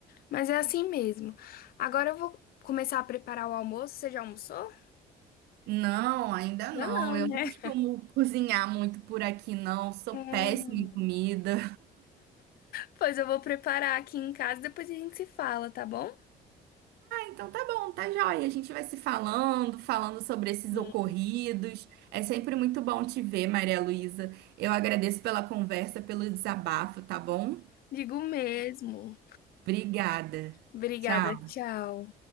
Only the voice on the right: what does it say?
Não, ainda
não.
Eu
não costumo cozinhar muito por aqui, não. Sou
péssima em comida.
Então tá bom, tá joia. A gente vai se falando, falando sobre esses
ocorridos. É sempre muito bom te ver, Maria Luísa. Eu agradeço pela conversa, pelo desabafo, tá bom?
Obrigada.
Tchau.